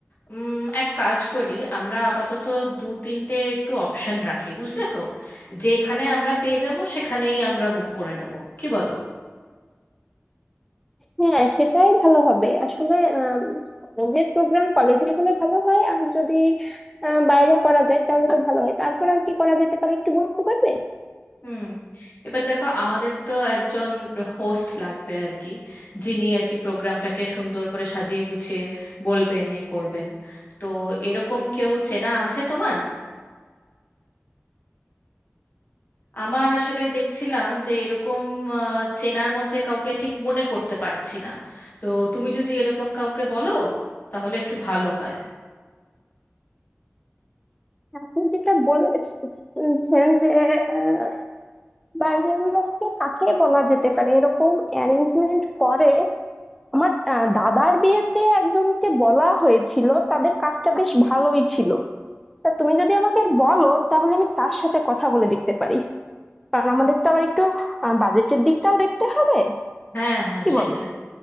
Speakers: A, on the left; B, in the centre.
A: উম এক কাজ করি আমরা আপাতত দু তিনটে একটু অপশন রাখি বুঝলে তো যেখানে আমরা পেয়ে যাব সেখানেই আমরা বুক করে নেব কি বলো
B: হ্যাঁ সেটাই ভালো হবে আসলে আম, কলেজের প্রোগ্রাম কলেজে হলে ভালো হয় আর যদি আহ, বাইরে করা যায় তাহলে তো ভালো হয় তারপর আর কি করা যেতে পারে একটু বলতে পারবে
A: হুম এবার দেখো আমাদের তো একজন হোস্ট লাগবে আর কি যিনি আর কি প্রোগ্রামটাকে সুন্দর করে সাজিয়ে গুছিয়ে বলবেন এ করবেন তো এরকম কেউ চেনা আছে তোমার আমার আসলে দেখছিলাম যে এরকম আহ, চেনার মধ্যে কাউকে ঠিক মনে করতে পারছি না তো তুমি যদি এরকম কাউকে বলো তাহলে একটু ভালো হয়
B: আপনি যেটা বলেছেন যে আহ, বাইরের লোককে কাকে বলা যেতে পারে এরকম অ্যারেঞ্জমেন্ট করে আমার আহ, দাদার বিয়েতে একজনকে বলা হয়েছিল তাদের কাজটা বেশ ভালোই ছিল তা তুমি যদি আমাকে বলো তাহলে আমি তার সাথে কথা বলে দেখতে পারি কারণ আমাদের তো আবার একটু বাজেটের দিকটাও দেখতে হবে
A: হ্যাঁ হ্যাঁ
B: কি
A: সেটাই
B: বলো